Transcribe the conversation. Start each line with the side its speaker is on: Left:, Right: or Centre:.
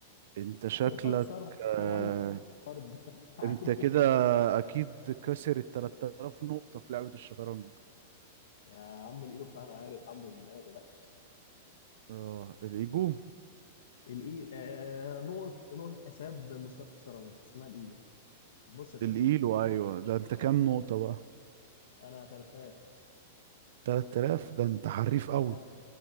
Right: انت شكلك
Left: <laughs> واخسر والله
Right: آه
Left: <laughs> عادي
Right: انت كده اكيد كسر ال 3000 نقطة في لعبة الشطرنج
Left: يا عم الايلو بتاعنا عالي الحمد لله ما تقلقش
Right: اه الايجو
Left: الاي آه نقطه نقطه حساب مستقبل الشطرنج اسمها الايلو بص يا سيدي
Right: الايلو ايوه ده انت
Left: اه
Right: كام نقطة بقى
Left: انا 3000
Right: 3000 ده انت حريف قوي
Left: تمام